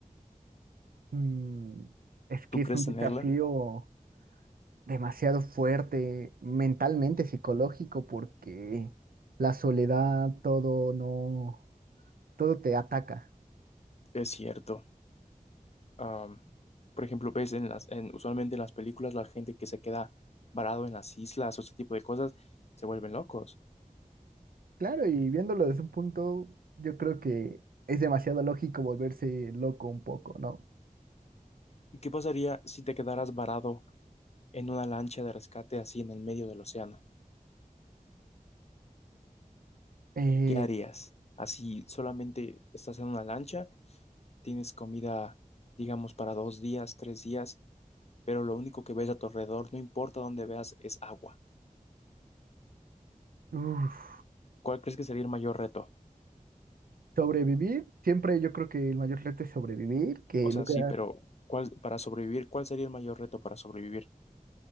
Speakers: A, on the right; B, on the left.
A: Mm, es que
B: ¿Tú
A: es
B: crees
A: un desafío
B: tenerla?
A: demasiado fuerte mentalmente, psicológico, porque la soledad, todo no, todo te ataca.
B: Es cierto. Am, por ejemplo, ves en las, en, usualmente en las películas la gente que se queda varado en las islas o ese tipo de cosas se vuelven locos.
A: Claro, y viéndolo desde un punto, yo creo que es demasiado lógico volverse loco un poco, ¿no?
B: ¿Y qué pasaría si te quedaras varado en una lancha de rescate así en el medio del océano?
A: Eh,
B: ¿Qué harías? Así solamente estás en una lancha, tienes comida, digamos, para dos días, tres días, pero lo único que ves a tu alrededor, no importa dónde veas, es agua.
A: uf,
B: ¿Cuál crees que sería el mayor reto?
A: sobrevivir, siempre yo creo que el mayor reto es sobrevivir, que
B: O sea,
A: lo que
B: sí, pero ¿cuál, para sobrevivir, cuál sería el mayor reto para sobrevivir?